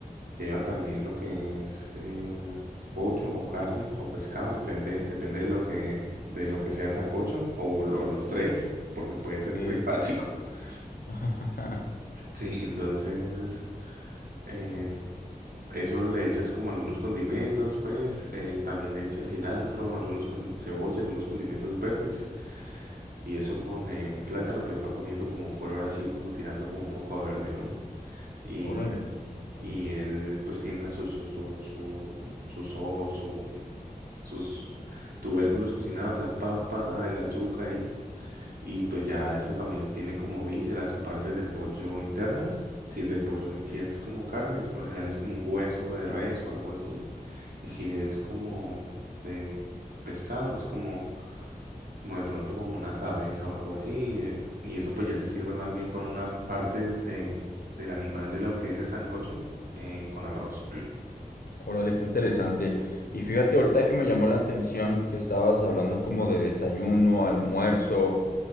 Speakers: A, on the right; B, on the left.
A: Lleva también lo que es eh, pollo o carne o pescado, depende, depende de lo que, de lo que sea el sancocho o, lo- los tres, porque puede ser
B: ¿Qué?
A: trifásico. <laughs>
B: <laughs>
A: Sí, entonces eh, eso le echas como algunos condimentos, pues eh, también le echas cilantro, algunos con cebolla, algunos condimentos verdes. Y eso con el plátano, pues va cogiendo como un color así, como tirando como un poco a verde, ¿no? y
B: Órale,
A: Y él pues tiene la, su, su, su, su, su, so- su- sus tubérculos cocinados, la papa, la yuca ahí. Y pues ya eso también tiene como vísceras o partes del pollo internas. Si es de pollo y si es como carne, es por lo general es como un hueso de res o algo así. Y si es como de pescado, es como, como de pronto como una cabeza o algo así. eh, Y eso pues ya se sirve más bien con una parte de, del animal de lo que es el sancocho, eh, con arroz.
B: órale, qué interesante. Y fíjate, ahorita que me llamó la atención que estabas hablando como de desayuno, almuerzo.